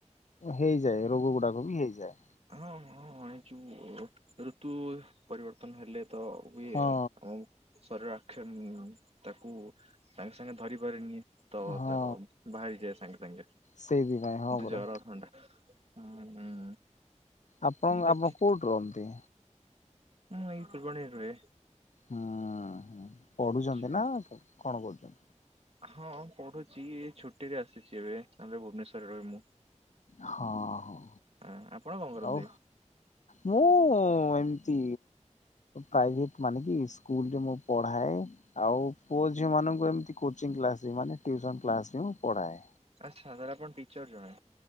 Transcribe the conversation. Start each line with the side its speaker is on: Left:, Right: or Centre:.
Left: ହେଇଯାଏ ରୋଗ ଗୁଡ଼ାକ ବି ହେଇଯାଏ।
Right: ହଁ ହଁ ଏ ଯୋଉ ରୁ ଋତୁ ପରିବର୍ତ୍ତନ ହେଲେ ତ ହୁଏ
Left: ହଁ
Right: ଆମ ଶରୀର ଆକ୍ଷନ୍ ତାକୁ ସାଙ୍ଗେ ସାଙ୍ଗେ ଧରି ପାରେନି ତ
Left: ହଁ
Right: ତାର ବାହାରିଯାଏ ସାଙ୍ଗେ ସାଙ୍ଗେ।
Left: ସେଇଥିପାଇଁ ହଁ
Right: ନ୍ତୁ
Left: ପରା।
Right: ଜର ଥଣ୍ଡା ହୁଁ ହୁଁ।
Left: ଆପଣଙ୍କ
Right: ଠିକ୍
Left: ଆମ
Right: ଅଛି
Left: କୋଉଠି ରୁହନ୍ତି?
Right: ମୁଁ ଏଇ ଫୁଲବାଣୀ ରେ ରୁହେ।
Left: ହୁଁ ହୁଁ ପଢ଼ୁଛନ୍ତି
Right: ଆଚ୍ଛା।
Left: ନା କଣ କରୁଛନ୍ତି?
Right: ହଁ ପଢ଼ୁଛି ଏ ଛୁଟିରେ ଆସିଛି ଏବେ ନହେଲେ ଭୁବନେଶ୍ଵରରେ ରହେ ମୁ।
Left: ହଁ ହଁ
Right: ଆ ଆପଣ କଣ କରନ୍ତି?
Left: ଆଉ ମୁଁ ଏମତି ପ୍ରାଇଭେଟ ମାନେ କି ସ୍କୁଲରେ ମୁଁ ପଢ଼ାଏ। ଆଉ ପୁଅ ଝିଅ ମାନଙ୍କୁ ଏମତି କୋଚିଂ କ୍ଲାସ୍ ରେ ମାନେ ଟ୍ୟୁସନ କ୍ଲାସ୍ ରେ ମୁଁ ପଢ଼ାଏ।
Right: ଆଚ୍ଛା ତାହେଲେ ଆପଣ ଟିଚର୍ ଜଣେ।